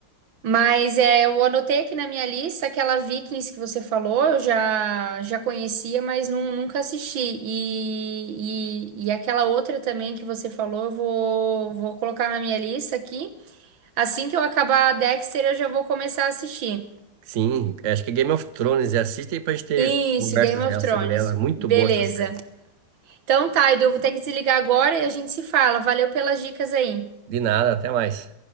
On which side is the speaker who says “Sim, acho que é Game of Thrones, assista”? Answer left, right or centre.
Right